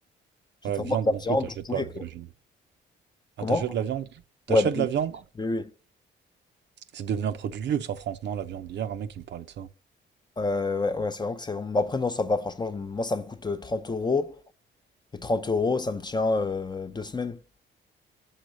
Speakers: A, on the left; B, on the right.
A: J'achète
B: Ouais,
A: vraiment
B: viande
A: de la
B: non
A: viande,
B: plus, t'achètes
A: du poulet,
B: pas,
A: quoi.
B: j'imagine. Ah,
A: Comment?
B: t'achètes la viande? T'achètes
A: Ouais, bah oui,
B: la viande?
A: oui, oui.
B: C'est devenu un produit de luxe en France, non, la viande? Hier, un mec, il me parlait de ça.
A: Euh, ouais, ouais, c'est vraiment que c'est. mais Après, non, ça va, franchement, je- moi, ça me coûte euh, 30 euros. Et 30 euros, ça me tient euh, deux semaines.